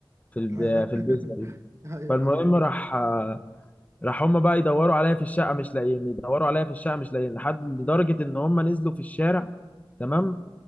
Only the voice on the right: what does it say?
ايوه
<laughs>
ايوه
ايوه